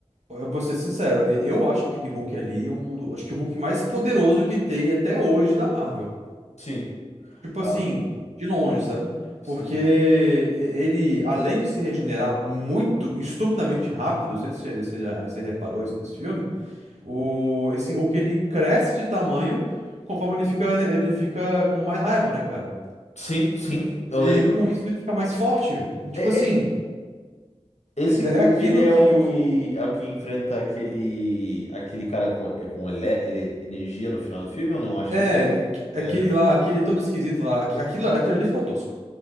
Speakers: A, on the right (about 85°); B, on the left (about 75°).
A: eu vou ser sincero, e- eu acho que de Hulk ali, é um, do- acho que o Hulk mais poderoso que tem até hoje da Marvel.
B: sim.
A: Tipo
B: Ah,
A: assim, de longe, sabe?
B: sim.
A: Porque e- ele, além de se regenerar muito, estupidamente rápido, não sei se você você já se reparou isso nesse filme, o, esse Hulk ele cresce de tamanho conforme ele fica, né, ele fica com mais raiva, né, cara?
B: Sim, sim, eu
A: E
B: lembro.
A: com isso ele fica mais forte, velho. Tipo
B: É-
A: assim,
B: é- esse
A: é,
B: Hulk,
A: é aquilo
B: ele é
A: que
B: o
A: o,
B: que é o que enfrenta aquele aquele cara com, é com ele, ele- energia no final do filme ou não? Acho
A: É,
B: que esse é o do...
A: aqu-
B: É,
A: aquele
B: né?
A: lá, aquele todo esquisito lá, aqu- aquilo, aquilo ali ficou tosco.